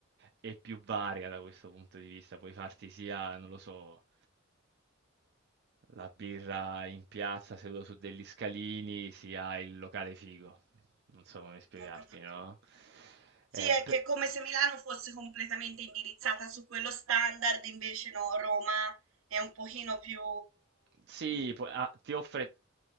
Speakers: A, on the right; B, on the right.
A: è più varia da questo punto di vista. Puoi farti sia, non lo so, la birra in piazza seduto su degli scalini, sia il locale figo. Non so come spiegarti,
B: Ho capito.
A: no? Eh,
B: Sì, è
A: pe-
B: che è come se Milano fosse completamente indirizzata su quello standard, invece no, Roma è un pochino più
A: Sì, pu- ah, ti offre